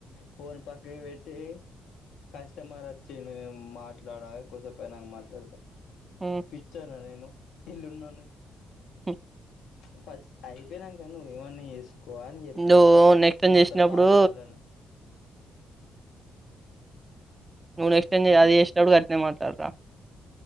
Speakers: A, on the left; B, on the right.
A: ఫోన్ పక్కకి పేటి కస్మర్ వచ్చిండు నేను మాట్లాడలి కుంసేపాయక మాట్లాడతా
B: ఉమ్
A: పిచ్చానా నేను ఇళ్ళునోడిని
B: హ్
A: ఫస్ట్ అయిపోయినాక నువ్వు ఏమన్నా చేసుకో తక్కు అని చెప్పినా
B: నువ్వు నెక్స్ట్ టైం
A: నాతోను
B: చేసినప్పుడు
A: కాల్ మాట్లాడిన
B: నువ్వు నెక్సటింకా
A: ఆ
B: అది చేసేప్పుడు గట్నే మాట్లాడరా